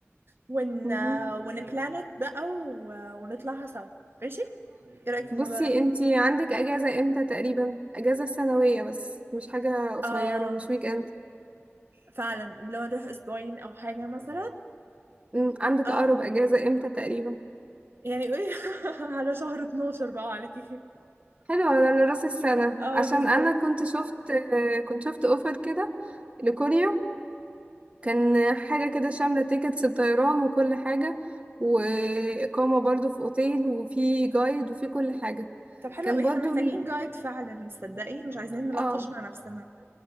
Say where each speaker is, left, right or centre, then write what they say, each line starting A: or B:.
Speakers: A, on the right (about 55°); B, on the right (about 25°).
A: ون
B: مهم.
A: آه، ونبلانت بقى و- ونطلعها سوا ماشي ايه رأيك في
B: بصي
A: الموضوع ده
B: انتي عندك اجازة امتى تقريبا اجازة سنوية بس مش حاجة قصيرة
A: اه
B: مش ويك اند
A: فعلا لو نروح اسبوعين او حاجة مثلا
B: مم، عندك
A: اه
B: اقرب اجازة امتى تقريبا
A: يعني قولي <laughs> على شهر 12 بقى عليكي
B: حلو ده لراس السنة
A: اه
B: عشان
A: بالظبط
B: أنا كنت شفت آه، كنت شفت أوفر كده لكوريا كان حاجة كده شاملة تيكتس الطيران وكل حاجة وإقامة برضو في أوتيل وفي جايد وفي كل حاجة
A: طب حلو
B: كان
A: قوي
B: برضو
A: احنا محتاجين
B: ال...
A: جايد فعلا تصدقي مش عايزين نلطش
B: اه
A: مع نفسنا